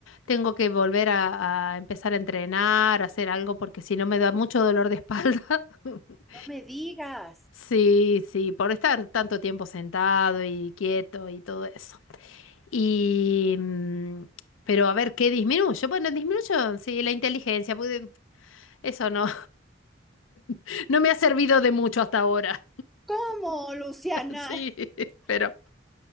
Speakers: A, on the left (about 85°); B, in the centre.
A: tengo que volver a, a empezar a entrenar, a hacer algo, porque si no me da mucho dolor de espalda. <laughs>
B: No me digas.
A: Sí, sí, por estar tanto tiempo sentado y quieto y todo eso. Y, mm, pero a ver, ¿qué disminuyo? Bueno, disminuyo, sí, la inteligencia, porque eso no, <laughs> no me ha servido de mucho hasta ahora.
B: ¿Cómo, Luciana?
A: Sí,
B: <laughs>
A: <laughs> pero,